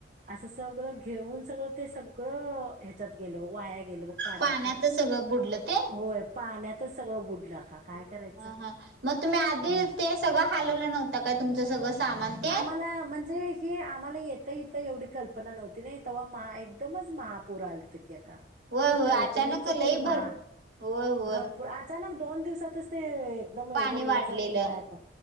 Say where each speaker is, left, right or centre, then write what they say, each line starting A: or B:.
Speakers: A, on the right; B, on the right.
A: असं सगळं घेऊन सगळं ते सगळं ह्याच्यात गेले वाया गेलं म पाण्यात
B: पाण्यातच सगळं बुडलं ते
A: होय पाण्यात सगळं बुडलं का काय करायचं
B: हा हा मग तुम्ही आधी
A: हम्म
B: ते सगळं हलवलं नव्हतता काय तुमचं सगळं सामान ते
A: आम्हाला म्हणजे हे आम्हाला येत इथं एवढी कल्पना नव्हती ना तेव्हा महा एकदमच महापूर आलते का
B: होय
A: ते
B: होय
A: का
B: अचानक
A: एकोणीसचा
B: लई
A: पूर
B: भर
A: महा
B: होय होय
A: भरपूर अचानक दोन दिवसातच ते एकदम
B: पाणी
A: एवढं लोड
B: वाढलेलं
A: झालं की काय पण